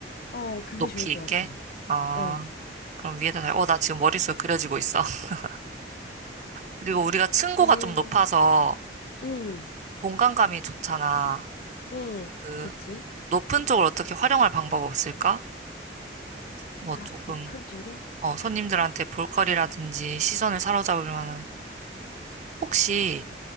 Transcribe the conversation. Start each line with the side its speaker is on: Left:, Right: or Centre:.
Left: 어, 그게
Right: 높이
Left: 좋을 것
Right: 있게?
Left: 같아.
Right: 아,
Left: 어,
Right: 그럼 위에다 달, 어, 나 지금 머릿속에 그려지고 있어. <laughs> 그리고 우리가 층고가
Left: 이은,
Right: 좀 높아서
Left: 음,
Right: 공간감이 좋잖아.
Left: 음,
Right: 그
Left: 그치?
Right: 높은 쪽을 어떻게 활용할 방법 없을까? 뭐
Left: 아,
Right: 조금,
Left: 높은 쪽에?
Right: 어, 손님들한테 볼거리라든지 시선을 사로잡을 만한 혹시